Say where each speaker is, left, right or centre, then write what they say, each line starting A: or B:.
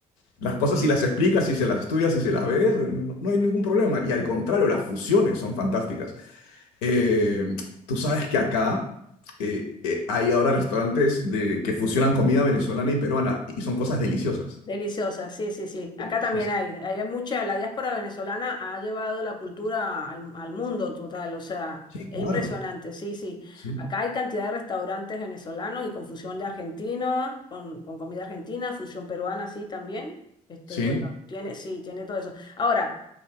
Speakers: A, on the left; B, on the left.
A: las cosas si las explicas, si se las estudias, si se las ves, no no- no hay ningún problema. Y al contrario, las fusiones son fantásticas. Eh, tú sabes que acá eh, eh, hay ahora restaurantes de, que fusionan comida venezolana y peruana y son cosas deliciosas.
B: Deliciosa, sí, sí, sí. Acá
A: Deliciosas.
B: también hay, hay mucha, la diáspora venezolana ha llevado la cultura al, al mundo total, o sea,
A: Sí,
B: es
A: claro.
B: impresionante, sí, sí.
A: Sí.
B: Acá hay cantidad de restaurantes venezolanos y con fusión de argentinos, con, con comida argentina, fusión peruana, sí, también. Este,
A: Sí.
B: y bueno, tiene, sí, tiene todo eso. Ahora,